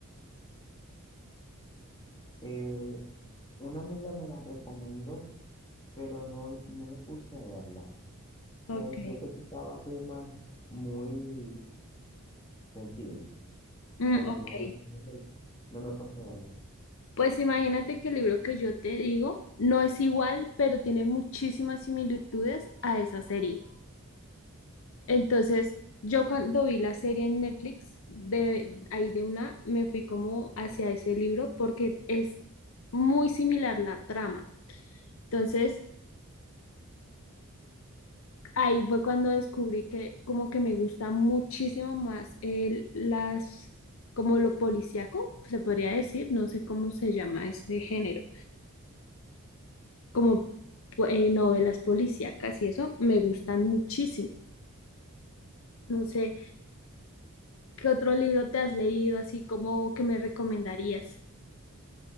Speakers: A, on the left; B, on the left.
A: Eh, una amiga me la recomendó, pero no, no me puse a verla.
B: Ok.
A: Me decía que tocaba temas muy sensibles,
B: Mm,
A: pero
B: ok.
A: no, no me, no me he puesto a verla.
B: Pues imagínate que el libro que yo te digo no es igual, pero tiene muchísimas similitudes a esa serie. Entonces, yo cuando vi la serie en Netflix, de ahí de una, me fui como hacia ese libro porque es muy similar la trama. Entonces, ahí fue cuando descubrí que como que me gusta muchísimo más el, las, como lo policíaco, se podría decir, no sé cómo se llama ese género, como pu- eh, novelas policíacas y eso, me gustan muchísimo. No sé, ¿qué otro libro te has leído así como que me recomendarías?